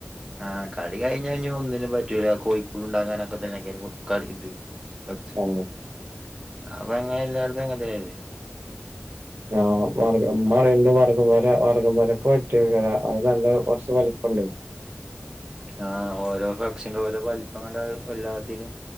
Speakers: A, on the right (about 15°); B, on the right (about 55°).
A: ആഹ കളി കഴിഞ്ഞ കഴഞ്ഞഞ് ഒന്നിനും പറ്റൂല കോഴിക്കൂട് ഉണ്ടാാക്കാനൊക്കെ തന്നെയക്കി ഇത് ഫ്ലക്സ്
B: ആ
A: അപ്പ അങ്ങനെ എല്ലായിടത്തും അങ്ങന തരെയല്ലേ
B: ആ മർഗം മ വർഗം വരെ വർഗം വരക്കെ പറ്റിക്ക അത് നല്ല കുറച്ച വല ഒണ്ട്
A: ആ് ഓരോ ഫക്ഷസിന്റെ ഓരോ വലപം കണ്ട വല്ലാത്തിും